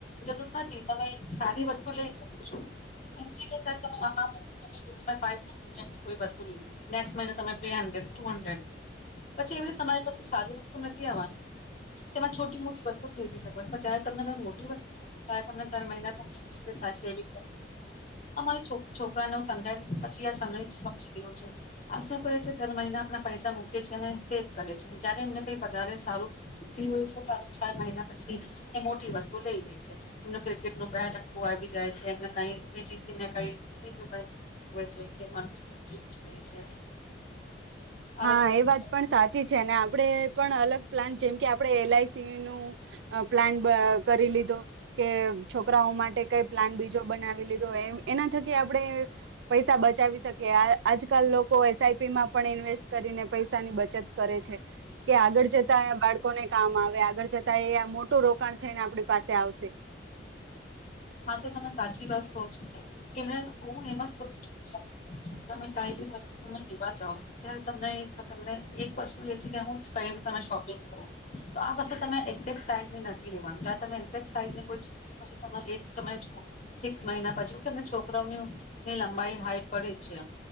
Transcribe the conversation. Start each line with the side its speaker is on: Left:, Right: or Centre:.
Left: જરૂર નથી તમે સારી વસ્તુ લઈ શકો છો સમજી ગયા ત તમે આ મહિને તમે તમા ફાઇ કો વસ્તુ લીધી નેક્ મહિમે બ હંડ્રેડ ટુ હંડ્રેડ પછી એવી રીતે તમારી પાસે કોઈ સારી વસ્તુ નથી આવવાની તેમાં છોટી મોટી વસ્તુ ખરીદી શકો ચહે તમને કોઈ મોટી વસ્તુ જો ચ તમને દર મહિના તમ પ સેવિંગ અમારી છ છોકરાને ાય પછી આ સમજી ગયું છે આ શું કહે છે દર મહિના આપણા પૈસા મૂકે છે અને સેવ કરે છે જયારે એમને કઈ વધારે સારું હોય છ મહિના પછી એ મોટી વસ્તુ લઈ લે છે એમનું ક્રિકેટ નું બેઠખું આવી જાય છે એમ કઈ બીજી કઈ બીું જોવે છે કે જો છે આ
Right: હા
Left: બધી વસ્તુ
Right: એ વાત પણ સાચી છે ને આપડે પણ અલગ પ્લાન જેમ કે આપણે એલઆઈસી ન પ્લાન કરી લીધો કે છોકરાઓ માટે કંઈ પ્લાન બીજો બનાવી લીધો એમ એના થકી આપણે પૈસા બચાવી શકીએ આજકાલ લોકો એસઆઈપીમાં પણ ઇન્વેસ્ટ કરીને પૈસા ની બચત કરે છે કે આગળ જતા બાળકોને કામ આવે આગળ જતા એ મોટું રોકાણ થઈને આપણી પાસે આવશે
Left: હા તો તમે સાચી વાત કો છો કેમ હું એમ કું છું જ તમે કી વસ્તુ ત લેવા જાવ ત્યારે તમને તમને એક વસ્તુ છે કે હું ક તમે શોપિંગ કરું તો વસ્તુ તમે એક્ઝેક્ટ સાઈઝ નથી લેવાનું તમેેક સાઈઝની કો ચી પછી ત એક તમે જોુઓ સિક્સ મહિના બાછુ કે એમ છોકરાઓની ની લંબાઈ હાઈટ પડે જ છે એમ